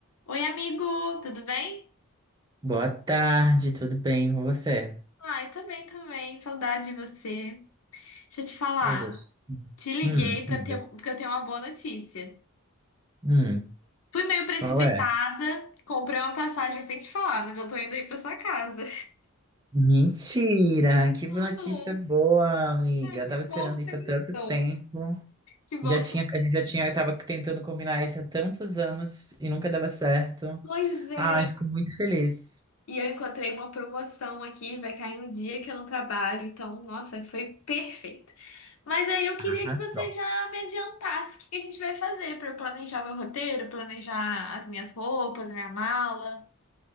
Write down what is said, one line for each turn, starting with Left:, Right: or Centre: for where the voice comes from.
Left: Oi, amigo, tudo bem?
Right: Boa tarde, tudo bem com você?
Left: Ai, tô bem também, saudade de você. Deixa eu te falar,
Right: Poxa.
Left: te liguei
Right: Hum,
Left: para
Right: diga.
Left: ter, um, porque eu tenho uma boa notícia.
Right: Hum,
Left: Fui meio precipitada,
Right: qual é?
Left: comprei uma passagem sem te falar, mas eu tô indo aí pra sua casa.
Right: Mentira! Que notícia
Left: <laughs>
Right: boa, amiga.
Left: Ah, Ai, que
Right: Eu tava esperando
Left: bom que
Right: isso
Left: você
Right: há tanto
Left: gostou.
Right: tempo.
Left: Que bom
Right: Já
Left: que
Right: tinha,
Left: você...
Right: a gente já tinha, tava tentando combinar isso há tantos anos e nunca dava certo.
Left: Pois é.
Right: Ai, fico muito feliz.
Left: E eu encontrei uma promoção aqui, vai cair no dia que eu não trabalho, então, nossa, foi perfeito. Mas aí eu queria
Right: Arrasou.
Left: que você já me adiantasse o que que a gente vai fazer para eu planejar meu roteiro, planejar as minhas roupas, minha mala.